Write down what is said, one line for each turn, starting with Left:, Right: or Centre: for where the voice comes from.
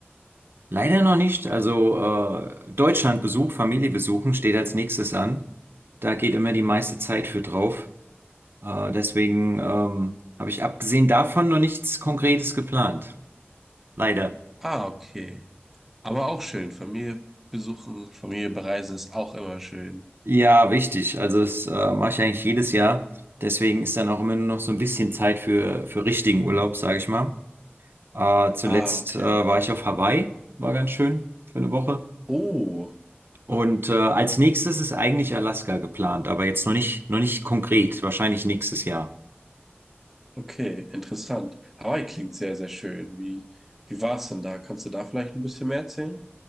Right: Leider noch nicht. Also äh, Deutschlandbesuch, Familie besuchen steht als nächstes an. Da geht immer die meiste Zeit für drauf. Äh, deswegen ähm, habe ich abgesehen davon noch nichts Konkretes geplant. Leider.
Centre: Ah, okay. Aber auch schön. Familie besuchen, Familie bereisen ist auch immer schön.
Right: Ja, wichtig. Also das äh, mache ich eigentlich jedes Jahr. Deswegen ist dann auch immer nur noch so ein bisschen Zeit für, für richtigen Urlaub, sage ich mal. Äh, zuletzt
Centre: Ah, okay.
Right: äh, war ich auf Hawaii. War ganz schön für eine Woche.
Centre: Oh,
Right: Und äh, als nächstes ist eigentlich Alaska geplant, aber jetzt noch nicht, noch nicht konkret, wahrscheinlich nächstes Jahr.
Centre: okay, interessant. Hawaii klingt sehr, sehr schön. Wie, wie war es denn da? Kannst du da vielleicht ein bisschen mehr erzählen?